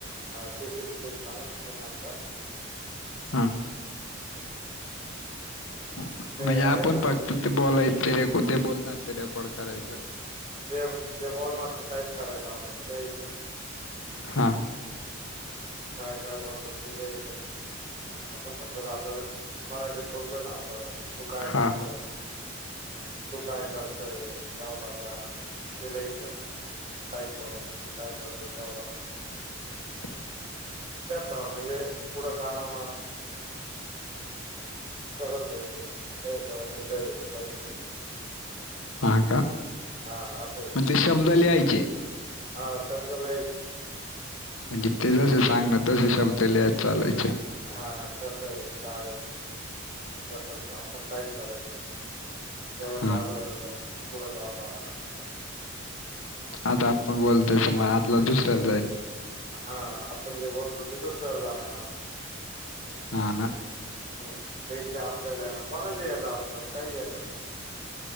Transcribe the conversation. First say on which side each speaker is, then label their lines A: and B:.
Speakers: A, on the right; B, on the left.
A: ह ते सांगंतरगतात
B: हा म्हणजे
A: आहे
B: आपण
A: ना
B: फक्त ते बोलायच रे कठे बोलणार ते रेकॉर्ड करायचं
A: ते जे बोल ना ते टाईप करायचं आपण दच
B: हा
A: काय काय बोलतो तला इथ आपण सपोज आ मराठीत बोलतो ना आपण तू काय करतो
B: हा
A: तू काय करतय गव लाग दिलायच काहीच करून तू काय करतो द्यावं लागता
B: <inaudible>
A: ठेव म्हणजे कुठं काना सह बै पैसवंत रीिक मैस दे
B: हा का
A: हा असच
B: म्हणजे शब्द लिहायचे
A: हा शबदलायचे
B: म्हणजे ते जसे सांगण तसे शब्द लिया चालाय
A: हा कस आहे काय कत आपण काही करायचं जेवण
B: हा
A: झालं तू कड लला असं
B: आता आपण बोलताय स म आतला दुसऱ्याला जाईन
A: हा आपण जे बोलतो ते दुसर्या जाणार
B: हा
A: अस
B: ना
A: हाय हम्म. त्यांच्या आपल्याला आहे ना कोणाच्या येतं आपल्याला काही येतात